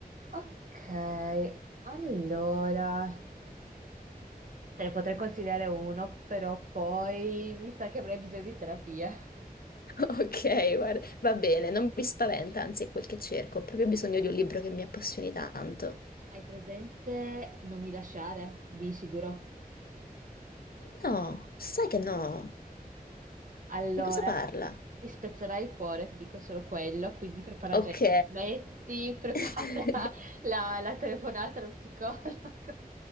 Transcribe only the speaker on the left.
Ok, guarda, va bene, non mi spaventa, anzi è quel che cerco, ho proprio bisogno di un libro che mi appassioni tanto.
No, sai che no.
Di cosa parla?
Ok,
<laughs>